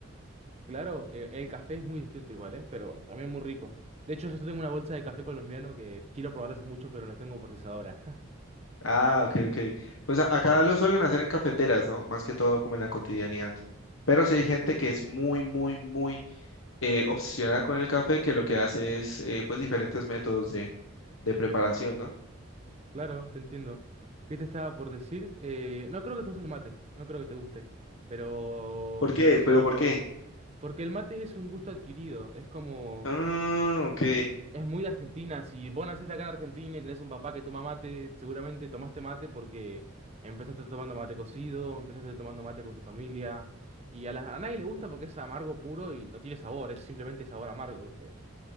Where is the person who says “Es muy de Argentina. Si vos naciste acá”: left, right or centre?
Right